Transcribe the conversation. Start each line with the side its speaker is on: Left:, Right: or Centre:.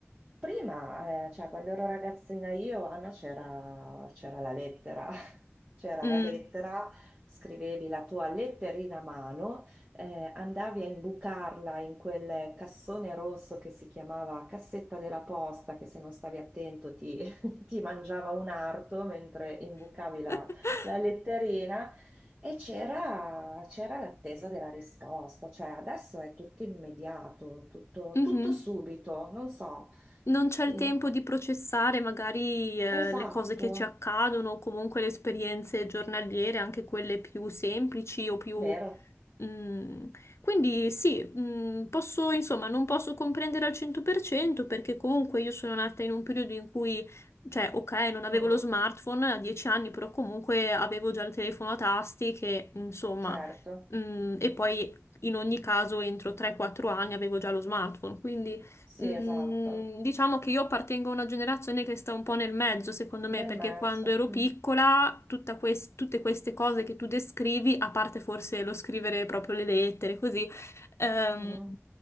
Right: Prima, eh, cioè quando ero ragazzina io, Anna, c'era c'era la lettera. C'era
Left: Mm.
Right: la lettera, scrivevi la tua letterina a mano, eh, andavi a imbucarla in quel cassone rosso che si chiamava cassetta della posta, che se non stavi attento ti, <laughs> ti mangiava un arto mentre imbucavi la,
Left: <laughs>
Right: la letterina. E c'era c'era l'attesa della risposta, cioè adesso è tutto immediato, tutto,
Left: Mhm.
Right: tutto subito, non so.
Left: non c'è
Right: Sì,
Left: il tempo di processare magari eh,
Right: Esatto,
Left: le cose che ci accadono o comunque le esperienze giornaliere, anche quelle più semplici o più...
Right: vero,
Left: Mm, quindi sì, mm, posso, insomma, non posso comprendere al 100% perché comunque io sono nata in un periodo in cui, cioè, ok, non
Right: Mm,
Left: avevo
Right: mm,
Left: lo smartphone a 10 anni, però comunque avevo già il telefono a tasti che, insomma,
Right: certo.
Left: mm, e poi in ogni caso entro 3-4 anni avevo già lo smartphone, quindi...
Right: Sì,
Left: Mm,
Right: esatto,
Left: diciamo che io appartengo a una generazione che sta un po' nel mezzo, secondo me,
Right: nel
Left: perché
Right: mezzo.
Left: quando ero piccola,
Right: Mm.
Left: tutta quest- tutte queste cose che tu descrivi, a parte forse lo scrivere proprio le lettere, così, ehm,
Right: Mhm.